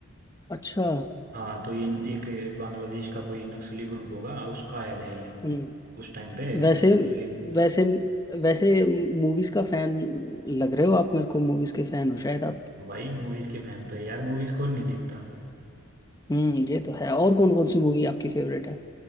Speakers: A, on the left; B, on the right.
A: अच्छा
B: हाँ तो ये एक बांग्लादेश का कोई नक्सली ग्रुप होगा उसका ऐड है ये
A: हम्म
B: उस टाइम पे
A: वैसे
B: तो फिर ये
A: वैसे वैसे मूवीज का फैन लग रहे हो आप मेरे को मूवीज के फैन हो शायद आप
B: भाई मूवीज के फैन तो है यार मूवीज कौन नहीं देखता
A: हम्म ये तो है और कौन कौन सी मूवी आपकी फेवरेट है